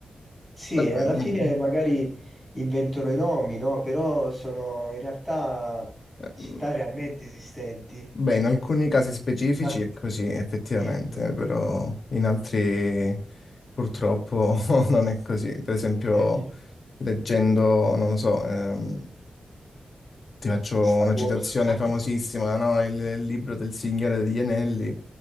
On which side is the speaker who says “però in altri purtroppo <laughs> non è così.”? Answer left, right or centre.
Left